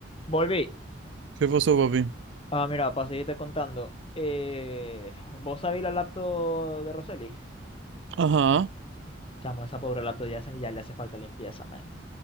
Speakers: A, on the left; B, on the right.
A: Volví.
B: ¿Qué pasó, papi?
A: Ah, mira, para seguirte contando. Eh, ¿vos sabéis la laptop de Roseli?
B: Ajá.
A: Chamo, esa pobre laptop ya, se- ya le hace falta limpieza, man.